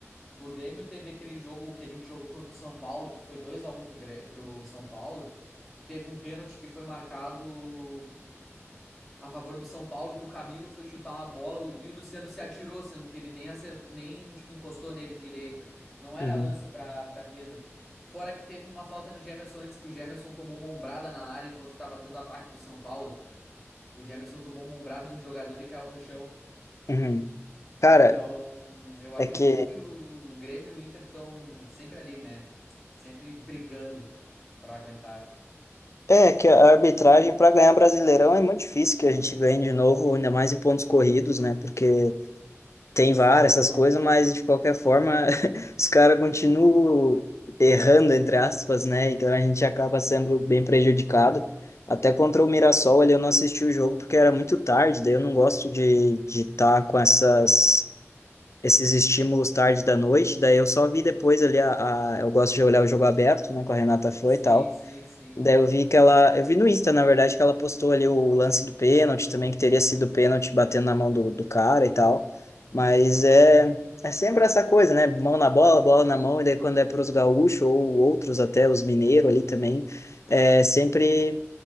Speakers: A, in the centre; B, on the left.
A: O Grêmio teve aquele jogo que a gente jogou contra o São Paulo, que foi 2 a um pro, Grê- pro São Paulo, que teve um pênalti que foi marcado a favor do São Paulo que o Camilo foi chutar uma bola e o Luciano se atirou, sendo que ele nem acer- nem tipo encostou nele direito. Não era
B: Uhum.
A: lance pra para pênalti. Fora que teve uma falta no Gemerson antes que o Gemerson tomou uma ombrada na área enquanto estava tendo ataque do São Paulo. O Gemerson tomou uma ombrada de um jogador e caiu no chão.
B: Uhum. Cara,
A: Então, eu acredito
B: é que
A: que o Grêmio e o Inter estão sempre ali, né? Sempre brigando pra aguentar.
B: É, que a arbitragem para ganhar Brasileirão é muito difícil que a gente ganhe de novo, ainda mais em pontos corridos, né? Porque tem
A: Sim,
B: VAR,
A: concordo.
B: essas coisas, mas de qualquer forma <laughs> os caras continuam errando, entre aspas, né? Então a gente acaba sendo bem prejudicado. Até contra o Mirassol ali eu não assisti o jogo porque era muito tarde, daí eu não gosto de de estar com essas, esses estímulos tarde da noite, daí eu só vi depois ali, a, a- eu gosto de olhar o jogo aberto, né? Com a Renata foi
A: Sim,
B: e tal.
A: sim, sim.
B: Daí eu vi que ela. Eu vi no Insta, na verdade, que ela postou ali o lance do pênalti também, que teria sido pênalti batendo na mão do, do cara e tal. Mas é, é sempre essa coisa, né? Mão na bola, bola na mão, e daí quando é para os gaúchos ou outros, até os mineiros ali também, é sempre